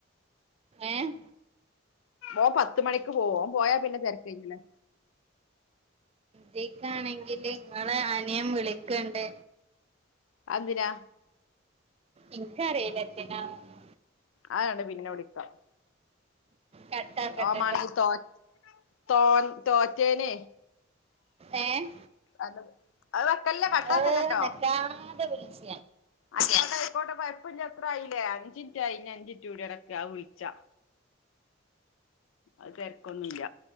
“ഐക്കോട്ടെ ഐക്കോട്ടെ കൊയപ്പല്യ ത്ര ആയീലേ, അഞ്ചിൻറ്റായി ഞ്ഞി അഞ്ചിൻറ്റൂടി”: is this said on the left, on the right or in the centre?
Left